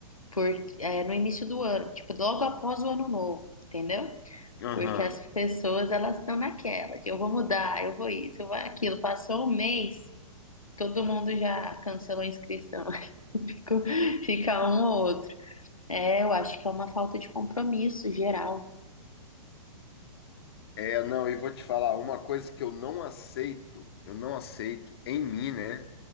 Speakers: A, on the left; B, on the left.
A: porque é no início do ano, tipo, logo após o ano novo, entendeu?
B: Aham.
A: Porque as pessoas elas estão naquela de eu vou mudar, eu vou isso, eu vou aquilo. Passou um mês, todo mundo já cancelou a inscrição, <laughs> Ficou- fica um ou outro. É, eu acho que é uma falta de compromisso geral.
B: É, não, e vou te falar, uma coisa que eu não aceito, eu não aceito em mim, né?